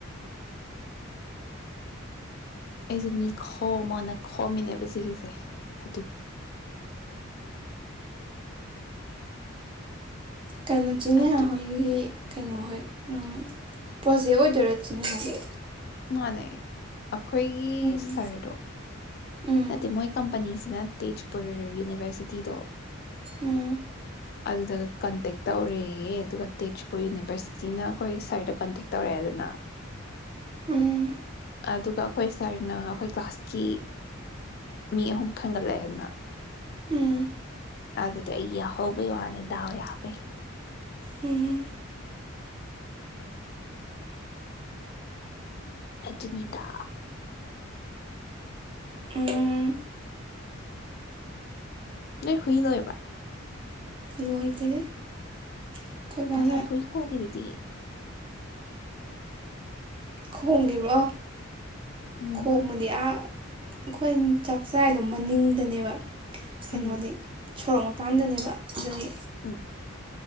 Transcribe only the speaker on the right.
ꯀꯩꯅꯣ ꯆꯦ ꯅꯦꯍꯥ
ꯈꯣꯏꯒꯤ ꯀꯩꯅꯣ ꯍꯣꯏ ꯎꯝ ꯄ꯭ꯔꯣꯖꯦꯛ ꯑꯣꯏꯗꯣꯏꯔꯣ ꯆꯦ ꯅꯦꯍꯥ ꯒꯤ
ꯎꯝ
ꯎꯝ
ꯎꯝ
ꯎꯝ
ꯎꯝ
ꯎꯝ
ꯎꯝ
ꯂꯣꯏꯗꯦꯗ ꯑꯩꯈꯣꯏ
ꯕꯥꯅ
ꯈꯣꯡꯒꯤꯕ꯭ꯔꯣ
ꯈꯣꯡꯃꯅꯤ ꯑꯥ ꯑꯩꯈꯣꯏ ꯆꯥꯛꯆꯥꯥꯏꯗꯣ ꯃꯅꯤꯡꯗꯅꯦꯕ ꯀꯩꯅꯣꯗꯤ
ꯁꯣꯔꯣꯛ ꯃꯄꯥꯟꯗꯅꯦꯕ ꯑꯗꯨꯒꯤ